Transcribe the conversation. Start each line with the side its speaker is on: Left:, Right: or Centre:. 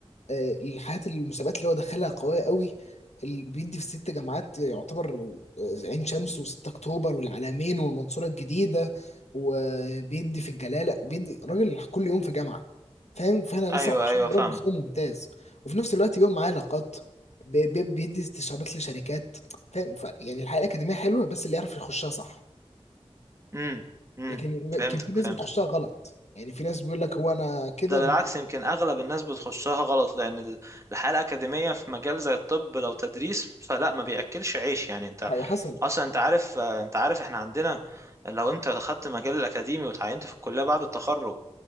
Left: آه، الحاجات المسابقات اللي هو دخلها قوية قوي اللي بيدي في ست جامعات يعتبر آه، عين شمس و6 أكتوبر والعلمين والمنصورة الجديدة وبيدي في الجلالة بيدي راجل كل يوم في جامعة فاهم فأنا
Right: ايوه
Left: لسه مبسوط
Right: ايوه
Left: يا
Right: فاهم
Left: رب فيه ممتاز وفي نفس الوقت بيبقى معاه علاقات بي- بي- بيدي استشارات لشركات فاهم ف- يعني الحياة الأكاديمية حلوة بس اللي يعرف يخشها صح
Right: امم امم
Left: لكن م-
Right: فهمتك
Left: كان في ناس
Right: فهمتك
Left: بتخشها غلط يعني في ناس بيقول لك هو انا كده
Right: ده بالعكس
Left: م-
Right: يمكن اغلب الناس بتخشها غلط لان ال- الحياه الاكاديميه في مجال زي الطب لو تدريس فلا ما بياكلش عيش يعني انت
Left: حي- حصل
Right: اصلا انت عارف آه، انت عارف احنا عندنا لو انت خدت مجال الاكاديمي وتعينت في الكليه بعد التخرج